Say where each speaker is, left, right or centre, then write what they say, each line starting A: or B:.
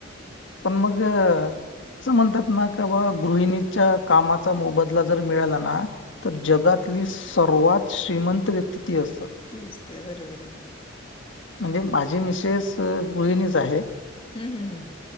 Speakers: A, on the left (about 70°); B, on the left (about 25°).
A: पण मग असं म्हणतात ना तवा गृहिणीच्या कामाचा मोबदला जर मिळाला ना तर जगातली सर्वात श्रीमंत व्यक्ती ती असतात
B: दिसते बरोबर आहे
A: म्हणजे माझी मिसेस गृहिणीच आहे
B: हम्म हम् हम्म